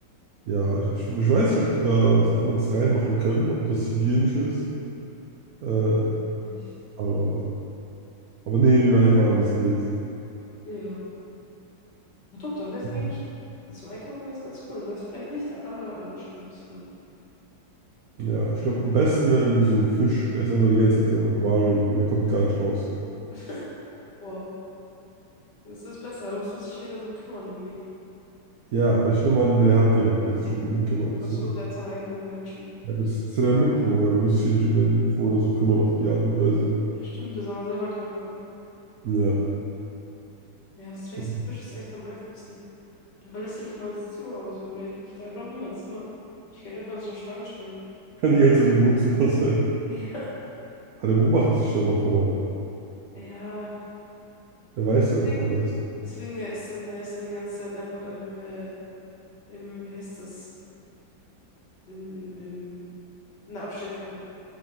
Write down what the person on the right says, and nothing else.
Ja, ich, ich weiß nicht, ob die da was anderes reinmachen können, ob das hygienisch ist. Äh,
aber, aber nehmen wir einfach an, das geht.
Mhm.
Ja, ich glaube, am besten wäre irgendwie so ein Fisch. Der ist einfach die ganze Zeit in seinem Aquarium drin. Der kommt gar nicht raus.
Ja, aber ich nehme an, der hat jemand, der sich um ihn kümmert.
So.
Ja, bist du dein Mitbewohner. Du musst dich hier nicht um deinen Mitbewohner so kümmern auf die Art und Weise.
Ja.
So.
Kann die ganze Zeit im Wohnzimmer sein.
Aber der beobachtet dich dann auch immer.
Der weiß ja noch
alles.